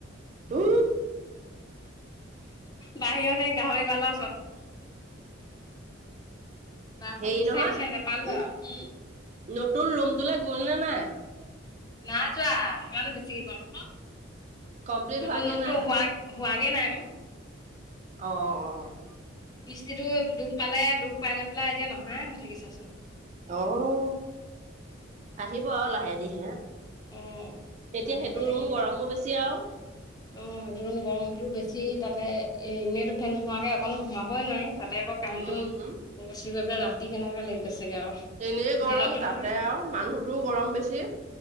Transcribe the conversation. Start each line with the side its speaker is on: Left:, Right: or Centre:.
Right: উ
Left: বাহিৰত সেই গাহৰি গালৰ ওচৰত। দাখন
Right: হেৰি
Left: বিচাৰি
Right: নহয়
Left: বিচাৰি নেপালো
Right: উ
Left: আৰু উম
Right: নতুন ৰুমটো গল নে নাই?
Left: না যোৱা ইমানে বেছিকে উঠিছে।
Right: কমপ্লিট
Left: নতুন
Right: হোৱাগে
Left: ৰুমতটো
Right: নাই
Left: হোৱা হোৱাগে নাই আকৌ।
Right: অ'।
Left: মিস্ত্ৰীটো দুখ পালে দুখ পাই লৈ পেলাই এতিয়া নহাই হৈ থাকিছাচোন।
Right: অহ, আহিব আৰু
Left: তাকে
Right: লাহে দি হে। এতিয়া
Left: অ' আহিব
Right: সেইটো
Left: এতিয়া
Right: ৰুম
Left: কেতিয়া
Right: গৰমো বেছি আৰু।
Left: অ' এইটোৰুম গৰমতটো বেছি তাতে এ এনেইতো ফেন নোহোৱাকে অকণো সোমাবই নাই। তাতে আকৌ কাৰেণ্টটো
Right: উম
Left: গুচি গৈ পেলাই ৰাতি কেনেকে লাগি গৈছে চাগে আৰু
Right: এনেই গৰম
Left: দিনতটো
Right: তাতে
Left: ভাল,
Right: আৰু মানুহটোও গৰম বেছি